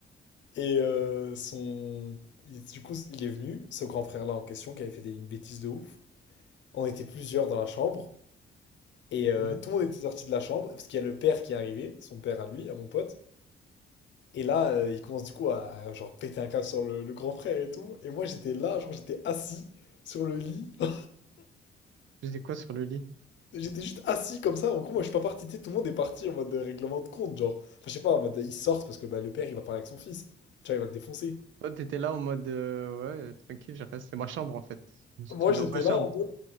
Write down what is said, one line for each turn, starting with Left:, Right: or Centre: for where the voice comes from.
Left: Et euh, son... il- du coup, il est venu, ce grand frère-là en question, qui avait fait des- une bêtise de ouf. On était plusieurs dans la chambre. Et euh,
Right: ouais.
Left: tout le monde était sorti de la chambre, parce qu'il y a le père qui est arrivé, son père à lui, à mon pote. Et là, euh, il commence du coup à genre péter un câble sur le, le grand frère et tout. Et moi, j'étais là, genre j'étais assis sur le lit. <laughs>
Right: Tu faisais quoi sur le lit?
Left: J'étais juste assis comme ça. En gros, moi, je suis pas parti. tu sais, Tout le monde est parti en mode de règlement de compte, genre. Enfin, je sais pas, en mode ils sortent parce que bah, le père, il va parler avec son fils. Tu vois, il va le défoncer.
Right: Toi, t'étais là en mode, euh, ouais, euh, tranquille, je reste, c'est ma chambre en fait. Je
Left: Moi,
Right: suis
Left: j'étais
Right: dans ma chambre.
Left: là en mode.